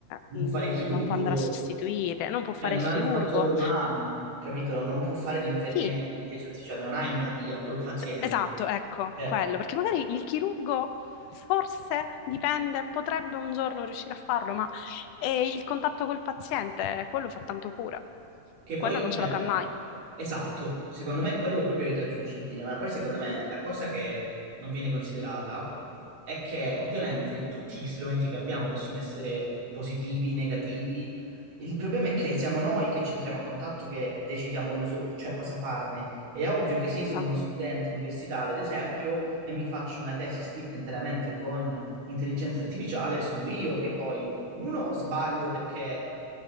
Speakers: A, on the right; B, on the left.
A: Non
B: mh,
A: può fare il chirurgo,
B: non può andare a sostituire, non può fare
A: cioè non
B: il
A: ha
B: chirurgo.
A: il fattore umano, capito? Non può fare l'infermiere,
B: Sì,
A: l'intelligenza artificiale, non ha empatia col paziente.
B: cioè, esatto, ecco,
A: Cioè,
B: quello, perché magari il chirurgo forse dipende, potrebbe un giorno riuscire a farlo, ma eh, il contatto col paziente, quello fa tanto pure,
A: che
B: quello
A: poi,
B: non
A: cioè,
B: ce l'avrà mai.
A: Esatto, secondo me quello proprio è irraggiungibile, ma poi secondo me la cosa che non viene considerata è che ovviamente tutti gli strumenti che abbiamo possono essere positivi, negativi, il problema è che siamo noi che ci entriamo a contatto che decidiamo l'uso, cioè cosa farne. È ovvio che se io sono
B: Esatto,
A: uno studente universitario, ad esempio, e mi faccio una tesi scritta interamente con intelligenza artificiale, sono io che poi, uno, sbaglio perché